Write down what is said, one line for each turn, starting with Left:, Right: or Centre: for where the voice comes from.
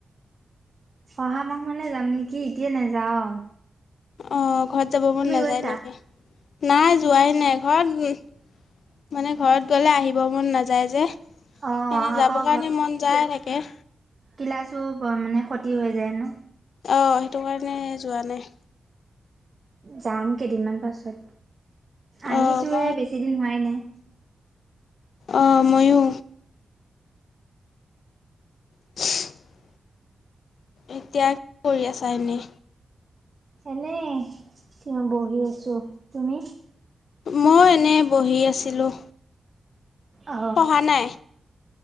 Right: অহা মাহ মানে যাম নেকি, এতিয়া নেযাওঁ।
Left: অঁ ঘৰত যাব মন নেযায়
Right: গৈছা?
Left: নেকি? নাই যোৱাই নাই ঘৰত মানে ঘৰত গ'লে আহিব মন নাযায় যে,
Right: অ'
Left: এনে
Right: আকৌ
Left: যাব কাৰণে মন যায় থাকে।
Right: কিলাছো <unintelligible> ক্ষতি হৈ যায় ন?
Left: অ, সেইটো কাৰণে যোৱা নাই।
Right: যাম কেইদিনমান পাছত আহিছো
Left: অঁ মই
Right: হে বেছি দিন হোৱাই নাই।
Left: অ, ময়ো। <unintelligible> এতিয়া কি কৰি আছা এনে?
Right: এনে‌ <unintelligible> বহি আছো তুমি?
Left: মই এনে বহি আছিলোঁ।
Right: অ,
Left: পঢ়া নাই?